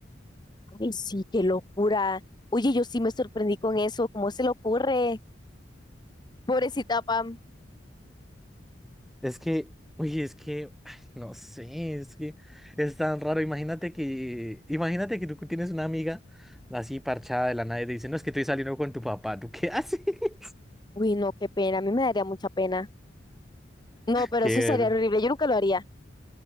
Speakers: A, on the left (about 25°); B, in the centre.
A: Ay, sí, qué locura. Oye, yo sí me sorprendí con eso, ¿cómo se le ocurre? Pobrecita Pam.
B: Es que, uy, es que, ay, no sé, es que es tan raro. Imagínate que, imagínate que tú tienes una amiga así parchada de la nada y te dice, no, es que estoy saliendo con tu papá. ¿Tú qué haces? <laughs>
A: Uy, no, qué pena, a mí me daría mucha pena. No, pero
B: ¿Qué?
A: eso sería horrible, yo nunca lo haría.